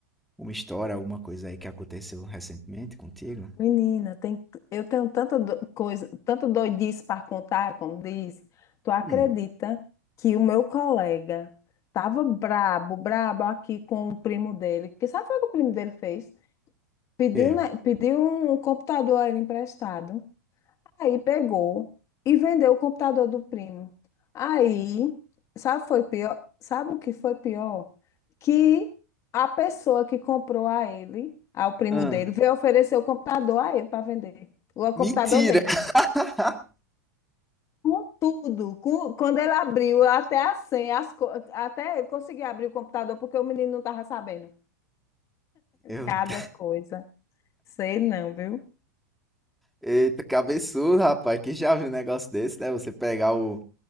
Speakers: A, in the centre; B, on the left.
A: uma história, alguma coisa aí que aconteceu recentemente contigo?
B: Menina, tem, eu tenho tanta do- coisa, tanto doidice para contar, como diz. Tu acredita
A: Hum,
B: que o meu colega tava brabo, brabo aqui com o primo dele? Que sabe foi o que o primo dele fez? Pediu,
A: quê?
B: né, pediu um computador a ele emprestado. Aí pegou e vendeu o computador do primo. Aí, sabe, foi pior, sabe o que foi pior? Que a pessoa que comprou a ele, ao primo
A: Ah,
B: dele, veio oferecer o computador a ele para vender. O computador
A: mentira!
B: dele.
A: <laughs>
B: Com tudo. Com, quando ele abriu, até a senha, as co- até ele conseguia abrir o computador porque o menino não estava sabendo.
A: Meu
B: Cada
A: Deus.
B: coisa. Sei não, viu?
A: Eita, cabeçudo, rapaz. Quem já viu um negócio desse, né? Você pegar o,